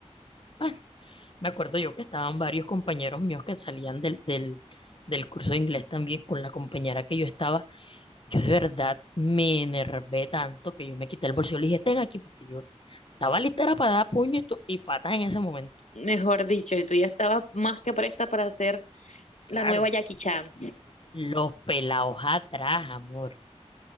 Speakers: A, on the left; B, on the left.
A: Bueno, me acuerdo yo que estaban varios compañeros míos que salían del, del, del curso de inglés también con la compañera que yo estaba Yo de verdad me enervé tanto que yo me quité el bolsillo y le dije, ten aquí, porque yo estaba listera para dar puño y, tu- y patas en ese momento.
B: Mejor dicho, y tú ya estabas más que presta para hacer
A: Claro,
B: la nueva Jackie Chan.
A: los pelados atrás, amor.